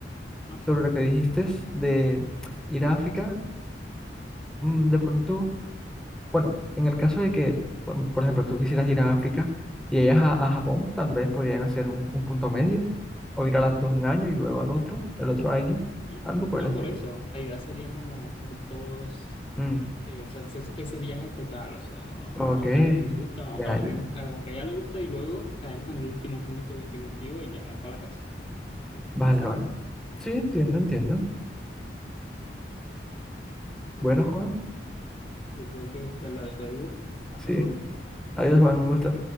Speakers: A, on the left; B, in the centre.
A: ah,
B: sobre lo que dijiste de ir a África, mm, de pronto, bueno, en el caso de que, por por ejemplo, tú quisieras ir a África y ellas a, a Japón, tal vez podrían hacer un, un punto medio, o ir a las dos un año y luego al otro, el otro año,
A: no,
B: algo por
A: no
B: el estilo.
A: por eso. La idea sería como hacer todos,
B: Mm,
A: eh, o sea, ese, ese viaje total, o sea, vamos
B: ok,
A: para la que a mí me gusta, vamos
B: ya,
A: para lo mío-
B: ya.
A: a lo que a ella le gusta y luego caemos en el último punto definitivo y ya para la casa. Así,
B: Vale,
A: fácilmente.
B: vale. Sí, entiendo, entiendo.
A: Pues
B: Bueno,
A: bueno.
B: Juan,
A: Yo creo que esta la dejo ahí. Hasta
B: sí.
A: luego.
B: Adiós, Juan, un gusto.